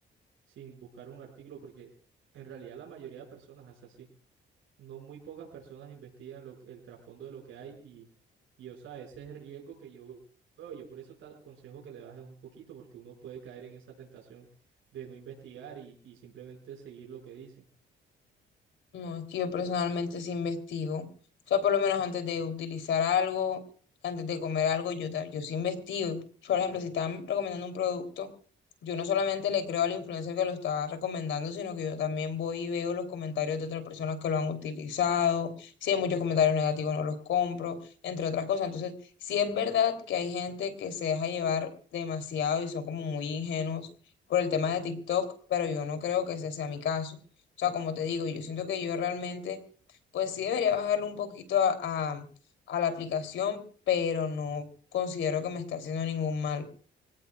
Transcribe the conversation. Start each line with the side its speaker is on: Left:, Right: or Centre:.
Right: sin buscar un artículo, porque en realidad la mayoría de personas hace así. no muy pocas personas investigan lo, el trasfondo de lo que hay y, y, o sea, ese es el riesgo que yo veo. Yo por eso te aconsejo que le bajes un poquito, porque uno puede caer en esa tentación de no investigar y, y simplemente seguir lo que dicen.
Left: No, es que yo personalmente sí investigo. O sea, por lo menos antes de utilizar algo, antes de comer algo, yo, ta- yo sí investigo. Por ejemplo, si están recomendando un producto. Yo no solamente le creo al influencer que lo está recomendando, sino que yo también voy y veo los comentarios de otras personas que lo han utilizado. Si hay muchos comentarios negativos, no los compro, entre otras cosas. Entonces, sí es verdad que hay gente que se deja llevar demasiado y son como muy ingenuos por el tema de TikTok, pero yo no creo que ese sea mi caso. O sea, como te digo, yo siento que yo realmente, pues sí debería bajarle un poquito a, a a la aplicación, pero no considero que me está haciendo ningún mal.